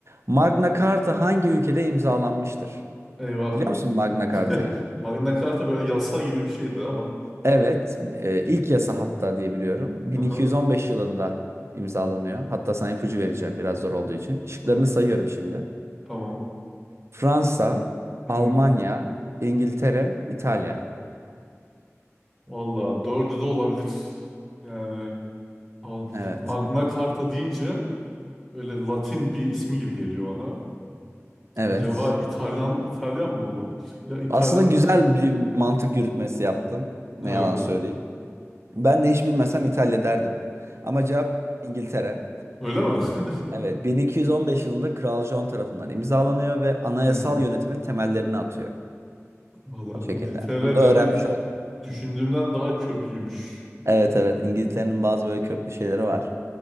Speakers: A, on the right; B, in the centre.
A: Magna Carta hangi ülkede imzalanmıştır?
B: eyvah.
A: Biliyor musun Magna Carta'yı?
B: <laughs> Magna Carta böyle yasa gibi bir şeydi ama.
A: Evet, e, ilk yasa hatta diye biliyorum. 1215
B: Aha,
A: yılında imzalanıyor. Hatta sana ipucu vereceğim biraz zor olduğu için. Şıklarını
B: Hadi
A: sayıyorum şimdi.
B: tamam.
A: Fransa,
B: Hmm.
A: Almanya, İngiltere, İtalya.
B: Valla dördü de olabilir. Yani of,
A: Evet.
B: Magna Carta deyince öyle Latin bir ismi gibi geliyor bana.
A: Evet.
B: Acaba İtalyan İtalyan mı olabilir? Ya İtalyan.
A: Aslında güzel bir mantık yürütmesi yaptın. Ne
B: Evet.
A: yalan söyleyeyim. Ben de hiç bilmesem İtalya derdim. Ama cevap İngiltere.
B: Öyle mi? <laughs>
A: Evet, 1215 yılında Kral John tarafından imzalanıyor ve anayasal
B: Hmm.
A: yönetimin temellerini atıyor.
B: Valla
A: O şekilde.
B: İngiltere
A: Bunu da
B: demek
A: öğrenmiş olduk.
B: düşündüğümden daha köklüymüş.
A: Evet evet İngiltere'nin bazı böyle köklü şeyleri var.